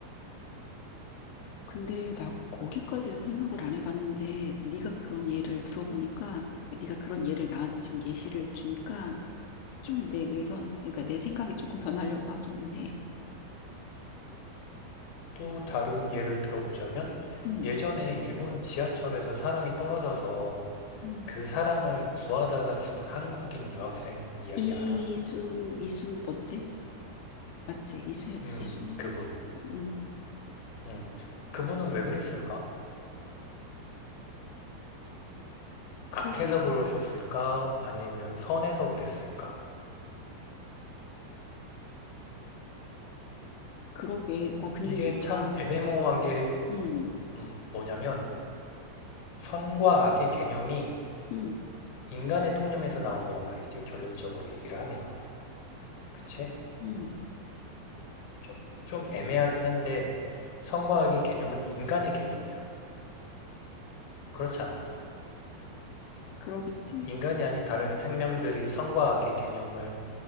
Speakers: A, on the left; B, on the left.
A: 근데 나 거기까지는 생각을 안 해봤는데 네가 그런 예를 들어보니까 네가 그런 예를 나한테 지금 예시를 주니까 좀 내 의견, 그러니까 내 생각이 조금 변하려고 하긴 해.
B: 또 다른 예를 들어보자면
A: 음.
B: 예전에 일본 지하철에서 사람이 떨어져서
A: 음.
B: 그 사람을 구하다가 죽은 한국인 유학생 이야기
A: 이수,
B: 알아?
A: 이수 뭔데? 맞지? 이수,
B: 음,
A: 이수,
B: 그분.
A: 음,
B: 음. 그분은 왜 그랬을까?
A: 그러게,
B: 악해서 그러셨을까? 아니면 선해서 그랬을까?
A: 그러게. 나 근데
B: 이게
A: 진짜,
B: 참 애매모호한 게
A: 음,
B: 음, 뭐냐면 선과 악의 개념이
A: 음,
B: 인간의 통념에서 나온 거란 말이지. 결론적으로 얘기를 하면. 그치?
A: 음,
B: 좀, 좀 애매하긴 한데 선과 악의 개념은 인간의 개념이야. 그렇잖아.
A: 그러겠지?
B: 인간이 아닌 다른 생명들이 선과 악의 개념을